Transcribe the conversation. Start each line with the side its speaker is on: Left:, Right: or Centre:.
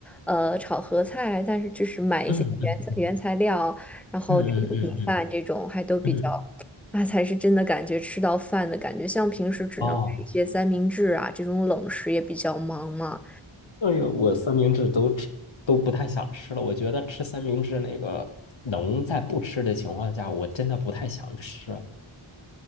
Centre: 呃，炒合菜，但是就是买一些原材原材料，
Left: 嗯嗯嗯
Centre: 然后吃米饭这种还都比较。
Left: 嗯嗯嗯嗯。
Centre: 那才是真的感觉吃到饭的感觉，像平时只能吃一些三明治啊，
Left: 哦，
Centre: 这种冷食也比较忙嘛。
Left: 对，我三明治都吃都不太想吃了。我觉得吃三明治那个能在不吃的情况下，我真的不太想吃。